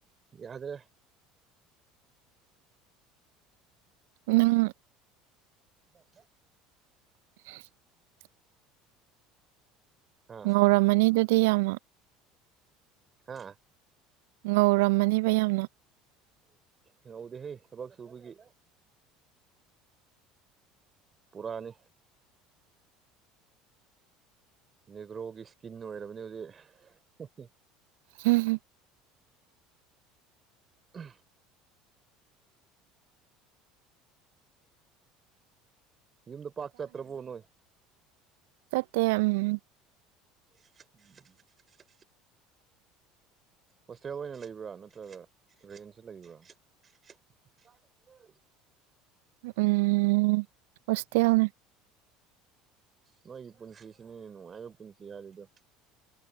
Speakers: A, on the right; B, on the right.
A: ꯌꯥꯗ꯭ꯔꯦ
B: ꯑ
A: ꯑꯣꯊꯦ
B: ꯑꯦ
A: ꯍꯥ
B: ꯉꯧꯔꯝꯃꯅꯤ ꯑꯗꯨꯗꯤ ꯌꯥꯝꯅ
A: ꯑꯥ
B: ꯉꯧꯔꯝꯃꯅꯦꯕ ꯌꯥꯝꯅ
A: ꯍ ꯍꯧꯗ ꯍꯦ ꯁꯕꯁꯨ ꯎꯕꯒꯤ ꯄꯨꯔꯥꯅꯤ ꯅꯦꯒ꯭ꯔꯣꯒꯤ ꯏꯁꯀꯤꯟ ꯑꯣꯏꯔꯕꯅꯤ ꯍꯧꯖꯤꯛ꯫
B: ꯎꯝ ꯎꯝ꯫
A: ꯎ꯫ ꯌꯨꯝꯗ ꯄꯥꯛ ꯆꯠꯇ꯭ꯔꯕꯣ ꯅꯣꯏ
B: ꯆꯠꯇ ꯎꯝ
A: ꯎꯝ ꯍꯣꯁꯇꯦꯜ ꯑꯣꯏꯅ ꯂꯩꯕ꯭ꯔꯥ ꯅꯠꯇ꯭ꯔꯒ ꯔꯦꯟꯁꯨ ꯂꯩꯕ꯭ꯔꯥ ꯎ
B: ꯎꯝ ꯍꯣꯁꯇꯦꯜ ꯅꯦ꯫
A: ꯅꯣꯏꯒꯤ ꯄꯨꯟꯁꯤꯁꯤꯅꯦ ꯅꯨꯡꯉꯥꯏꯕ ꯄꯨꯟꯁꯤ ꯍꯥꯏꯔꯤꯗꯣ꯫